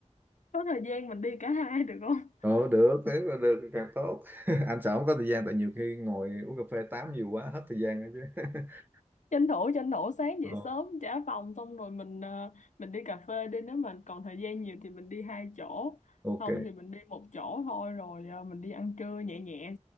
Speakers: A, on the left; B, on the right.
A: Có thời gian mình đi cả <laughs> hai được không?
B: Ồ, được thế là được thì càng tốt <laughs> anh sợ không có thời gian tại nhiều khi ngồi uống cà phê tám nhiều quá hết thời gian đó chứ <laughs>
A: Tranh thủ tranh thủ sáng dậy
B: Ồ.
A: sớm trả phòng xong rồi mình à, mình đi cà phê đi nếu mà còn thời gian nhiều thì mình đi hai chỗ,
B: ok
A: không thì mình đi một chỗ thôi rồi à, mình đi ăn trưa nhẹ nhẹ